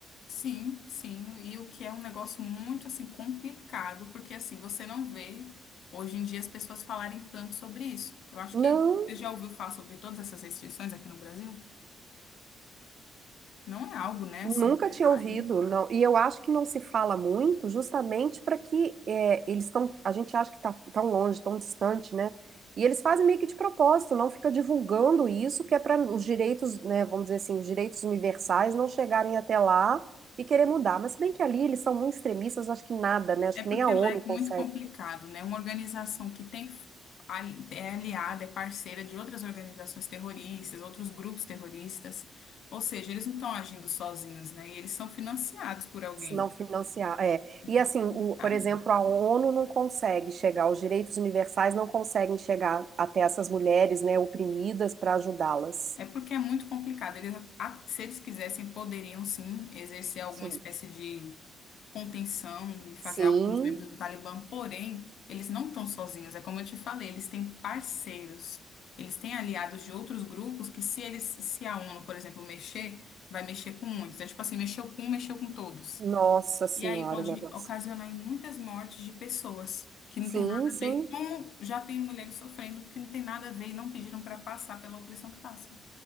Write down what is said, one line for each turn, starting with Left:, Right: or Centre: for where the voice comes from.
Left: Sim, sim, e o que é um negócio muito assim complicado, porque assim, você não vê hoje em dia as pessoas falarem tanto sobre isso. Eu acho
Right: Não.
Left: que você já ouviu falar sobre todas essas restrições aqui no Brasil? Não é algo, né,
Right: Nunca
Left: assim que
Right: tinha
Left: vai.
Right: ouvido, não. E eu acho que não se fala muito, justamente para que é, eles estão. A gente acha que está tão longe, tão distante, né? E eles fazem meio que de propósito, não fica divulgando isso, que é para os direitos, né? Vamos dizer assim, os direitos universais não chegarem até lá e querer mudar. Mas se bem que ali eles são muito extremistas, acho que nada, né? Acho
Left: É
Right: que
Left: porque
Right: nem a ONU
Left: lá é
Right: consegue.
Left: muito complicado, né? Uma organização que tem ali- é aliada, é parceira de outras organizações terroristas, outros grupos terroristas, ou seja, eles não estão agindo sozinhos, né? E eles são financiados por alguém.
Right: se não financiar, é.
Left: Então,
Right: E assim,
Left: é complicado.
Right: o, por exemplo, a ONU não consegue chegar, os direitos universais não conseguem chegar até essas mulheres, né, oprimidas para ajudá-las.
Left: É porque é muito complicado. Eles, a- se eles quisessem, poderiam sim exercer alguma
Right: Sim.
Left: espécie de contenção e fazer
Right: Sim,
Left: algo com os membros do Talibã, porém, eles não estão sozinhos. É como eu te falei, eles têm parceiros, eles têm aliados de outros grupos que, se eles, se a ONU, por exemplo, mexer, vai mexer com muitos. É tipo assim, mexeu com um, mexeu com todos.
Right: nossa senhora,
Left: E aí pode
Right: o negócio.
Left: ocasionar em muitas mortes de pessoas que não
Right: Sim,
Left: tem nada a
Right: sim,
Left: ver, como já tem mulheres sofrendo, que não tem nada a ver e não pediram para passar pela opressão que passam.